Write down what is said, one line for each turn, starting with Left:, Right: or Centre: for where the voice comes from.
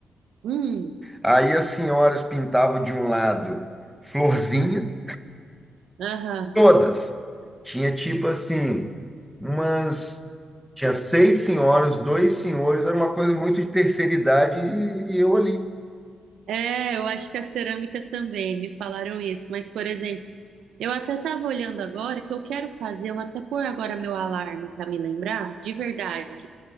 Right: Hum,
Centre: Aí as senhoras pintavam de um lado florzinha,
Right: aham.
Centre: todas. Tinha tipo assim, umas. Tinha seis senhoras, dois senhores, era uma coisa muito de terceira idade e, e eu ali.
Right: É, eu acho que a cerâmica também, me falaram isso. Mas, por exemplo, Eu até estava olhando agora que eu quero fazer, eu até pôr agora meu alarme para me lembrar, de verdade,